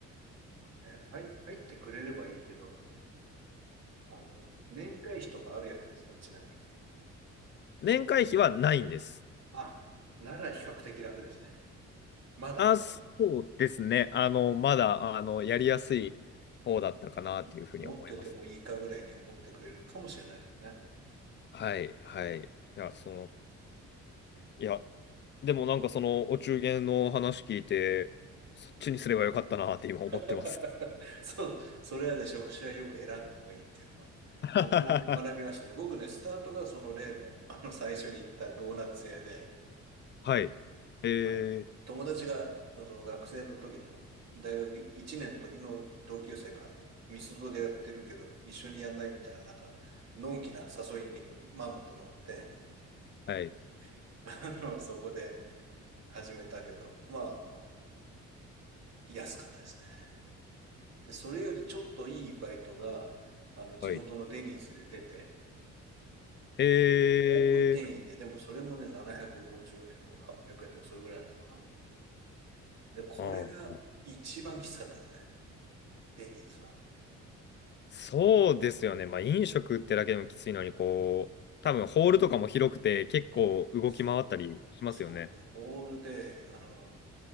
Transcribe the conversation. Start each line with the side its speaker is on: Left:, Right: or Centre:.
Right: え、入、入ってくれればいいけど、あの、年会費とかあるやつですか、ちなみに。
Left: 年会費はないんです。
Right: あ、なら比較的楽ですね。まだ、
Left: あ、そうですね。あの、まだ、あの、やりやすい方だったかなっていうふうに思いますね。
Right: うん持っててもいいかぐらいに思ってくれるかもしれないですね。
Left: はい、はい。いや、
Right: うん
Left: その、いや、でもなんかその、お中元の話聞いて、そっちにすればよかったなって今思ってます。
Right: <laughs> そう、それはね、職種はよく選んだ方がいいっていうのは、
Left: <laughs> は
Right: 僕も学びましたね。僕ね、スタートがその例の、あの、最初に行ったドーナツ屋で、
Left: い。えー、
Right: あの、友達が、その学生の時の、大学1年の時の同級生が、ミスドでやってるけど、一緒にやんないみたいな、なんか、のんきな誘いにまんまと乗って、
Left: はい、
Right: <laughs> あの、そこで始めたけど、まあ、あの、安かったですね。で、それよりちょっといいバイトが、あの、地元のデニーズで出て、
Left: はい。えー、
Right: オープン店員で、でもそれもね、750円とか800円とかそれぐらいだったかな。で、これが一番きつかったですね。
Left: うん。
Right: デニーズは。
Left: そうですよね。まあ、飲食ってだけでもきついのに、こう、多分ホールとかも広くて、結構動き回ったりしますよね。
Right: そう、そう。で、ホールで、あの、